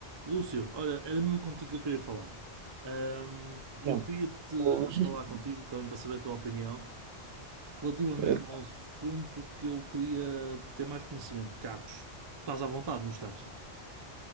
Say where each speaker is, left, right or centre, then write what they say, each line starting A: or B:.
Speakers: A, on the right; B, on the right.
A: Lúcio, olha, era mesmo contigo que eu queria falar. Ahm, E
B: Não,
A: eu queria te
B: hoje.
A: falar contigo também para saber a tua opinião relativamente
B: Eh,
A: a um assunto que eu queria ter mais conhecimento de carros. Estás à vontade, não estás?